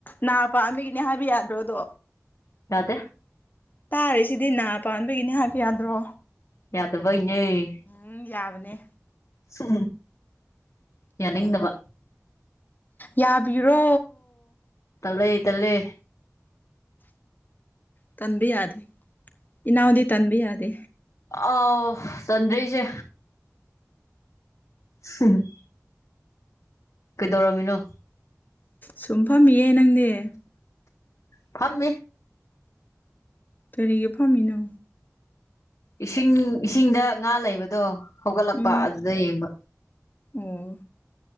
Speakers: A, on the left; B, on the left.
A: ꯅꯥ ꯄꯥꯝꯃꯤꯒꯤꯅꯦ ꯍꯥꯏꯕ ꯌꯥꯗ꯭ꯔꯣꯗꯣ
B: ꯌꯥꯗꯦ
A: ꯇꯥꯔꯤꯁꯤꯗꯤ ꯅꯥ ꯄꯥꯟꯕꯒꯤꯅꯤ ꯍꯥꯏꯕ ꯌꯥꯗ꯭ꯔꯣ
B: ꯌꯥꯗꯕꯩꯅꯦ
A: ꯎꯝ ꯌꯥꯕꯅꯦ
B: ꯎ ꯌꯥꯅꯤꯡꯗꯕ
A: ꯌꯥꯕꯤꯔꯣ
B: ꯇꯂꯦ ꯇꯂꯦ
A: ꯇꯟꯕ ꯌꯥꯗꯦ ꯏꯅꯥꯎꯗꯤ ꯇꯟꯕ ꯌꯥꯗꯦ
B: ꯑꯥꯎ ꯆꯟꯗꯔꯤꯁꯦ ꯍꯝ ꯀꯩꯗꯧꯔꯝꯃꯤꯅꯣ
A: ꯁꯨꯝꯐꯝꯝꯃꯤꯌꯦꯦ ꯅꯪꯗꯤꯦ
B: ꯐꯝ
A: ꯀꯔꯤꯒ ꯄꯥꯝꯃꯤꯅꯣ
B: ꯏꯁꯤꯡ ꯏꯁꯤꯡꯗ ꯉꯥ ꯂꯩꯕꯗꯣ ꯍꯧꯒꯠꯂꯛꯄ
A: ꯎꯝ
B: ꯑꯗꯨꯗ ꯌꯦꯡꯕ
A: ꯑꯣ